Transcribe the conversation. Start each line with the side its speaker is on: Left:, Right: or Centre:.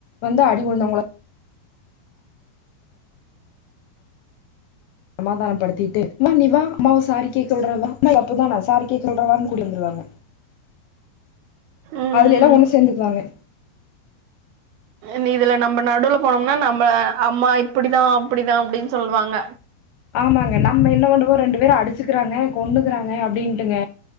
Left: வந்து அடி உழுந்தவங்கள சமாதானோ படுத்திட்டு மா நீவா அம்மாவ சாரி கேக்கவுட்றே வா தப்புதா நா சாரி கேக்க சொல்றேவான்னு கூட்டிட்டு வந்துருவாங்க
Right: ம்
Left: அதுல எல்லா ஒன்னு சேந்துக்குவாங்க
Right: நீ இதுல நம்ம நடுல போனோம்னா நம்ம அம்மா இப்படிதா அப்படிதா அப்டின்னு சொல்லுவாங்க
Left: ஆமாங்க நம்ம என்ன பண்றுவோ ரெண்டு பேரு அடிச்சுக்கிறாங்க கொன்னுக்குறாங்க அப்டின்ட்டுங்க